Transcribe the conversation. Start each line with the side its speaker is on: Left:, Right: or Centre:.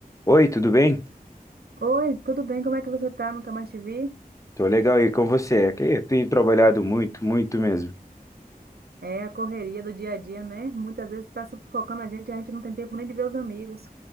Left: Oi, tudo bem?
Right: Oi, tudo bem? Como é que você tá? Nunca mais te vi?
Left: Tô legal aí com você. É que eu tenho trabalhado muito, muito mesmo.
Right: É a correria do dia a dia, né? Muitas vezes tá sufocando a gente, a gente não tem tempo nem de ver os amigos.